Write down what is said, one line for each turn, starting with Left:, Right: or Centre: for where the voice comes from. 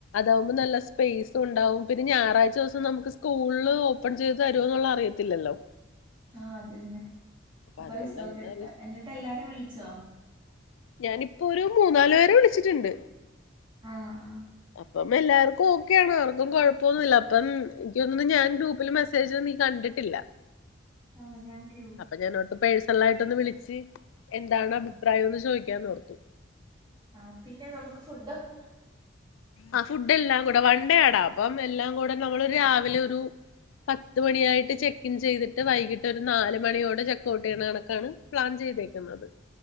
Left: അതാവുമ്പോൾ നല്ല സ്പേസ് ഉണ്ടാവും പിന്നെ ഞായറാഴ്ച ദിവസം നമുക്ക് സ്കൂളില് ഓപ്പൺ ചെയ്ത് തരുമെന്നുള്ള അറിയത്തി ഇല്ലല്ലോ
Right: ആ അതന്നെ അപ്പോ
Left: അതുകൊണ്ട്
Right: റിസോർട്ട്
Left: അങ്ങനെ
Right: എടുകാം എന്നിട്ട് എല്ലാരേയും വിളിച്ചോ
Left: ഞാനിപ്പൊ ഒരു മൂന്നാലു പേരെ വിളിച്ചിട്ടിണ്ട്
Right: ആഹ് ആഹ്
Left: അപ്പം പ്പംഎല്ലാർക്കു ഓക്കെ ആണ് ആർക്കും കൊഴപ്പൊന്നില്ല അപ്പം എനിക്ക്തോന്നണു ഞാൻ ഗ്രൂപ്പില് മെസ്സേജ് നീ കണ്ടിട്ടില്ല
Right: ആ ഞാൻ ഗ്രു
Left: അപ്പം ഞാനോർത്തു പേഴ്സ്ണലായിട്ടൊന്ന് വിളിച്ച് എന്താണ്
Right: ആഹ്
Left: അഭിപ്രായയെന്ന് ചോയ്ക്കാന്നോർത്തു
Right: ആ പിന്നെ നമുക്ക് ഫുഡൊക്കെ
Left: ആ ഫുടെല്ലാം കൂടെ വൺണ്ടേ ആടാ അപ്പം എല്ലാം കൂടെ നമ്മളൊരു രാവിലെ ഒരു പത്ത് മണി ആയിട്ട് ചെക്കിൻ ചെയ്തിട്ട് വൈകിട്ട് ഒരു നാല് മണിയോടെ ചെകൗട്ടെയ്യണ കണക്കാണ് പ്ലാൻ ചെയ് എയ്തെക്കുന്നത്